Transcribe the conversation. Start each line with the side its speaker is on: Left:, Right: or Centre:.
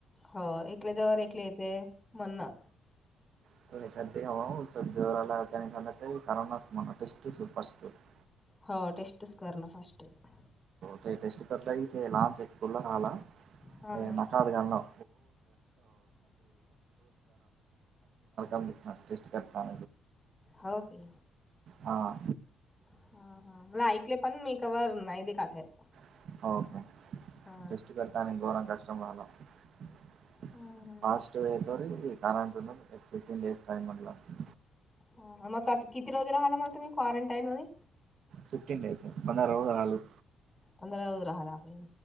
Left: हो एकल्या जो वर एकले येते म्हण ना.
Right: <unintelligible>
Left: हो टेस्टच करणं फर्स्ट आहे.
Right: ते टेस्ट करलाग ते लाच एक, आला राला
Left: हा
Right: नाकात घालणं. <unintelligible> <unintelligible> दिसणार टेस्ट करता.
Left: हो की.
Right: हां.
Left: <unintelligible>
Right: <unintelligible>
Left: हा. हम्.
Right: <unintelligible>
Left: हा.. हां.. मग किती रोज राहला मग तुम्ही क्वारंटाईन मध्ये.
Right: फिफ्टीन डेज <unintelligible>
Left: पंधरा दिवस राहावं लागेल.